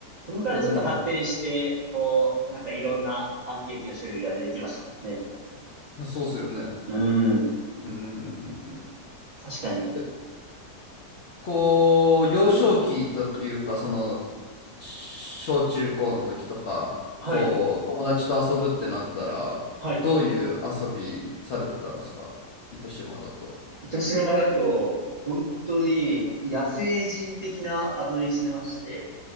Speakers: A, on the right; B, on the left.
A: そこからちょっと発展して、
B: うん。海めっ
A: こう、なんかいろんなパンケーキの種類が出てきましたもんね。
B: そうっすよね。
A: うん。
B: うんうんうんうんうん。
A: 確かに。
B: えこう、幼少期というか、その、し小中高の時とか、
A: はい。
B: こう、友達と遊ぶってなったら、
A: はい。
B: どういう遊びされてたんですか糸島だと。
A: 糸島だと、本当に野生人的な遊びしてまして、